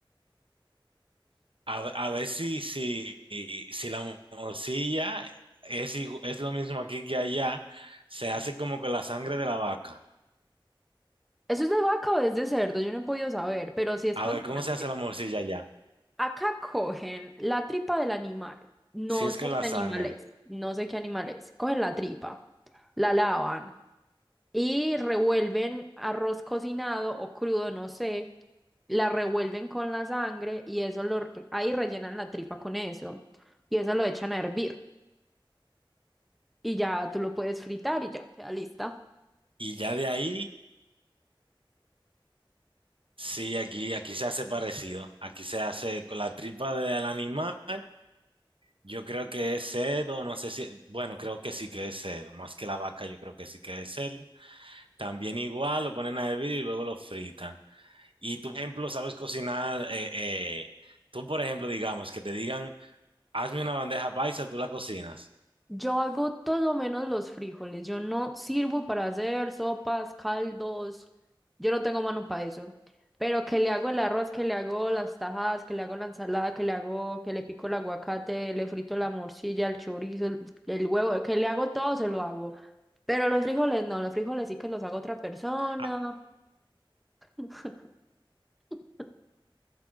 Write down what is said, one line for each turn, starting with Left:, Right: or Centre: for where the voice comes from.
Right: A, a ver si, si, si la morcilla es, igu- es lo mismo aquí que allá. Se hace como con la sangre de la vaca.
Centre: ¿Eso es de vaca o es de cerdo? Yo no he podido saber, pero si es
Right: A
Centre: con
Right: ver, ¿cómo
Centre: sangre.
Right: se hace la morcilla ya?
Centre: Acá cogen la tripa del animal. No
Right: Si es
Centre: sé
Right: con la
Centre: qué
Right: sangre.
Centre: animal es. No sé qué animal es. Cogen la tripa, la lavan y revuelven arroz cocinado o crudo, no sé. La revuelven con la sangre y eso lo, ahí rellenan la tripa con eso. Y eso lo echan a hervir. Y ya tú lo puedes fritar y ya queda lista.
Right: Y ya de ahí, sí, aquí, aquí se hace parecido. Aquí se hace con la tripa del animal. Yo creo que es cerdo, no sé si, bueno, creo que sí que es cerdo, más que la vaca, yo creo que sí que es cerdo. También igual lo ponen a hervir y luego lo fritan. Y tú, por ejemplo, sabes cocinar, eh, eh, tú, por ejemplo, digamos, que te digan, hazme una bandeja paisa, tú la cocinas.
Centre: Yo hago todo menos los frijoles. Yo no sirvo para hacer sopas, caldos. Yo no tengo mano para eso. Pero que le hago el arroz, que le hago las tajadas, que le hago la ensalada, que le hago, que le pico el aguacate, le frito la morcilla, el chorizo, el, el huevo, que le hago todo, se lo hago. Pero los frijoles no, los frijoles sí que los hago otra persona.
Right: Ah,
Centre: <laughs>